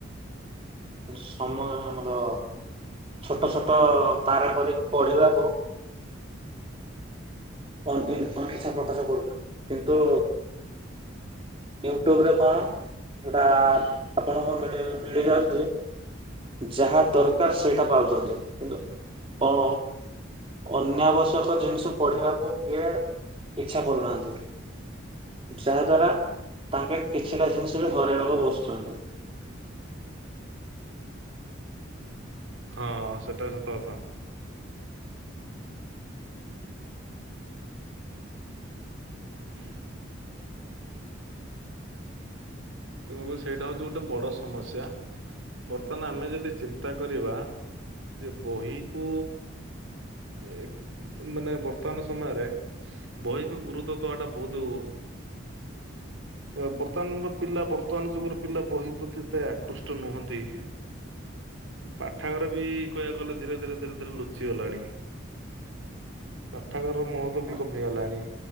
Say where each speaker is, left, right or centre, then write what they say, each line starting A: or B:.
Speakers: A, on the right; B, on the right.
A: ସମୟ ଆମର ଛୋଟ ଛୋଟ ପାରା କରିକି ପଢିବାକୁ ଅନ-ଅନଇଚ୍ଛା ପ୍ରକାଶ କରୁଛନ୍ତି କିନ୍ତୁ ୟୁଟ୍ୟୁବରେ କଣ ସେଟା ଆପଣଙ୍କୁ ମିଳି ମିଳିଯାଉଛି ଯାହା ଦରକାର ସେଇଟା ପାଉଛନ୍ତି କିନ୍ତୁ ଅ ଅନାବଶ୍ୟକ ଜିନିଷ ପଢିବାକୁ କିଏ ଇଛା କରୁନାହାନ୍ତି। ଯାହା ଦ୍ଵାରା ତାଙ୍କେ କିଛିଟା ଜିନିଷ ବି ହରାଇବାକୁ ବସୁଛନ୍ତି।
B: ହଁ ସେଟା ସତ କଥା। ହଁ। ତୁମକୁ ସେଇଟା ହଉଛି ଗୋଟେ ବଡ ସମସ୍ୟା ବର୍ତ୍ତମାନ ଆମେ ଯଦି ଚିନ୍ତା କରିବା। ଯେ ବହିକୁ ଏ ମାନେ ବର୍ତ୍ତମାନ ସମୟରେ ବୈକୁ ଗୁରୁତ୍ୱ ଦବାଟା ବହୁତ ଅ ବର୍ତ୍ତମାନର ପିଲା ବର୍ତ୍ତମାନ ଯୁଗରେ ପିଲା ବହି ପ୍ରତି ଏତେ ଆକୃଷ୍ଟ ନୁହନ୍ତି। ପାଠଘର ବି କହିବାକୁ ଗଲେ ଧୀରେ ଧୀରେ ଧୀରେ ଧୀରେ ଲୁଚି ଗଲାଣି। ପାଠାଗାରର ମହତ୍ବ ବି
A: ହଁ
B: କମିଗଲାଣି